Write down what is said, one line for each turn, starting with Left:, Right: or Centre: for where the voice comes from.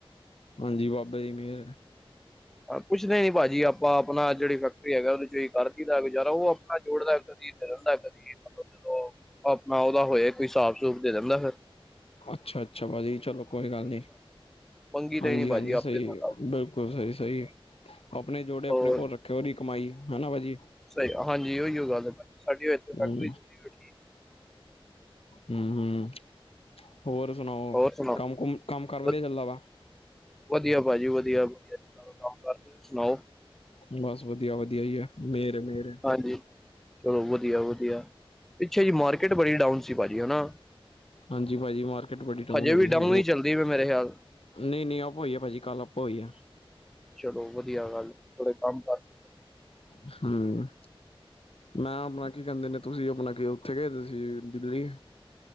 Left: ਹਾਂਜੀ ਬਾਬੇ ਦੀ ਮੇਰ ਐ
Centre: <inaudible> ਕੁਛ ਨੀ ਭਾਜੀ ਆਪਾਂ ਆਪਣਾ ਜਿਹੜੀ ਫੈਕਟਰੀ ਹੈਗਾ ਉਹਦੇ ਚ ਕਰ ਲੀ ਦਾ ਗੁਜ਼ਾਰਾ ਉਹ ਆਪਣਾ ਜੋੜਦਾ ਦਾ ਕਦੀ <unintelligible> ਜਦੋਂ ਆਪਣਾ ਉਹਦਾ ਹੋਏ ਕੋਈ ਸਾਬ ਸੂਬ ਦੇ ਦੇਂਦਾ ਫੇਰ
Left: ਅੱਛਾ-ਅੱਛਾ ਭਾ ਜੀ ਚਲੋ ਕੋਈ ਗੱਲ ਨੀ।
Centre: ਮੰਗੀ ਦਾ
Left: ਹਾਂਜੀ-
Centre: ਹੀ ਨੀ ਭਾਜੀ
Left: ਹਾਂਜੀ ਸਹੀ
Centre: ਆਪੇ ਤੁਹਾਡਾ
Left: ਬਿਲਕੁਲ ਸਹੀ- ਸਹੀ ਆਪਣੇ ਜੋੜੇ
Centre: ਹੋਰ
Left: ਆਪਣੇ ਕੋਲ ਰੱਖ ਉਹਦੀ ਕਮਾਈ ਹਨਾ ਭਾਅ ਜੀ
Centre: ਸਹੀ ਹਾਂਜੀ ਉਹੀ ਉਹ ਗੱਲ ਬ ਸਾਡੀ ਫੈਕਟਰੀ
Left: ਹਮ
Centre: ਜੁੱਤੀ ਹੋਈ।
Left: ਹਮ ਹਮ ਹੋਰ ਸੁਣਾਓ
Centre: ਹੋਰ ਸੁਣਾਓ
Left: ਕੰਮਕੁਮ ਕੰਮ ਕਰ ਵਧੀਆ
Centre: ਵ
Left: ਚੱਲਦਾ
Centre: ਵਧੀਆ ਭਾਜੀ ਵਧੀਆ ਵਧੀਆ ਕੰਮ ਕਰ ਤੁਸੀਂ ਸੁਣਾਓ
Left: ਬਸ ਵਧੀਆ- ਵਧੀਆ ਹੀ ਹੈ। ਮੇਰ ਏ ਮੇਰ
Centre: ਹਾਂਜੀ ਚਲੋ ਵਧੀਆ-ਵਧੀਆ ਪਿੱਛੇ ਜੀ ਮਾਰਕੀਟ ਬੜੀ ਡਾਊਨ ਸੀ ਭਾਜੀ ਹਨਾ
Left: ਹਾਂਜੀ ਭਾਜੀ ਮਾਰਕੀਟ ਵੱਡੀ ਡਾਊਨ
Centre: ਹਜੇ
Left: ਹੋ
Centre: ਵੀ
Left: ਗਈ ਸੀ ਉਹ
Centre: ਹੀ ਚੱਲਦੀ ਮੇਰੇ ਖਿਆਲ
Left: ਨਹੀਂ ਨਹੀਂ ਆਪਾਂ ਹੋਈਏ ਭਾਜੀ ਕੱਲ ਆਪਾਂ ਹੋਈਏ।
Centre: ਚਲੋ ਵਧੀਆ ਗੱਲ ਥੋੜੇ ਕੰਮ ਕਰ
Left: ਹਮ ਮੈਂ ਆਪਣਾ ਕੀ ਕਹਿੰਦੇ ਨੇ ਤੁਸੀਂ ਆਪਣਾ ਉੱਥੇ ਗਏਦੇ ਸੀ ਦਿੱਲੀ